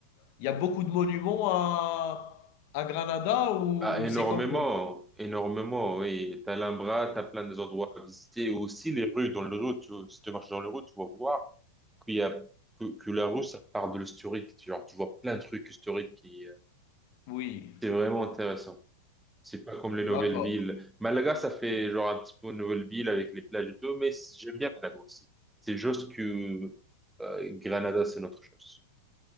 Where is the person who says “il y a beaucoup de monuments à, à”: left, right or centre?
Left